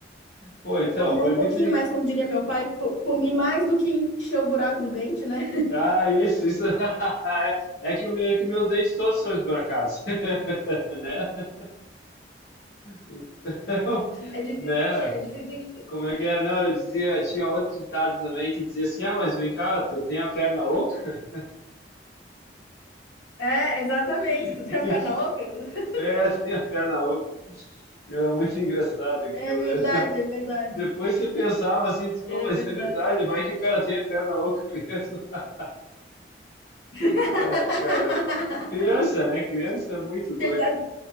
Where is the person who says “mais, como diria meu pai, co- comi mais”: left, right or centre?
Left